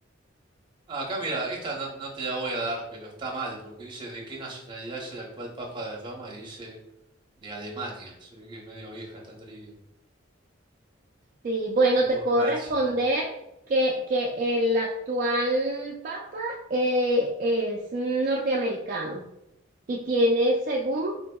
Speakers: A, on the right; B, on the right.
A: acá mira, esta no, no te la voy a dar, pero está mal, porque dice de qué nacionalidad es el actual Papa de Roma y dice de Alemania. Se ve que es medio vieja esta trivia.
B: Sí, bueno,
A: Tipo
B: te puedo
A: Ratzinger.
B: responder que, que el actual papa eh, es norteamericano y tiene, según,